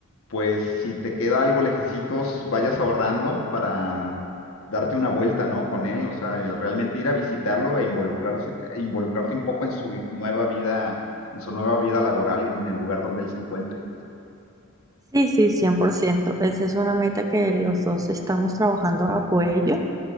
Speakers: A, on the left (about 70°); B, on the right (about 15°).
A: pues si te queda algo lejecitos, vayas ahorrando para darte una vuelta, ¿no? Con él, o sea, y realmente ir a visitarlo e involucrarse, e involucrarte un poco en su nueva vida, en su nueva vida laboral y en el lugar donde él se encuentre.
B: Sí, sí, cien por ciento Esa es una meta que los dos estamos trabajando a apoyo.